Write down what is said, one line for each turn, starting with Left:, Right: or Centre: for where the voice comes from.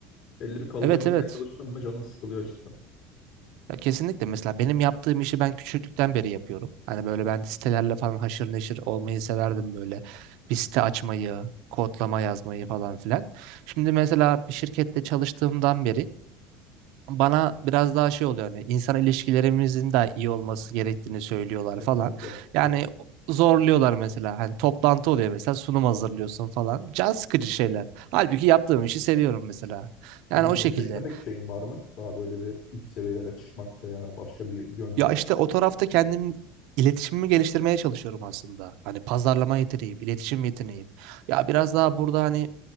Left: Belli bir kalıba
Right: Evet
Left: girmeye
Right: evet.
Left: çalıştın mı canın sıkılıyor cidden.
Right: Ya kesinlikle mesela benim yaptığım işi ben küçüklükten beri yapıyorum. Hani böyle ben sitelerle falan haşır neşir olmayı severdim böyle. Bir site açmayı, kodlama yazmayı falan filan. Şimdi mesela bir şirkette çalıştığımdan beri bana biraz daha şey oluyor hani insan ilişkilerimizin de iyi olması gerektiğini söylüyorlar
Left: Kesinlikle.
Right: falan. Yani
Left: Kesinlikle.
Right: zorluyorlar mesela hani toplantı oluyor mesela sunum hazırlıyorsun falan. Can sıkıcı şeyler. Halbuki yaptığım işi seviyorum mesela. Yani
Left: Abi
Right: o
Left: gelecekte
Right: şekilde.
Left: pek şeyin var mı? Daha böyle bir üst seviyelere çıkmak veya başka bir yönle.
Right: Ya işte o tarafta kendim iletişimimi geliştirmeye çalışıyorum aslında. Hani pazarlama yeteneğim, iletişim yeteneğim. Ya biraz daha burada hani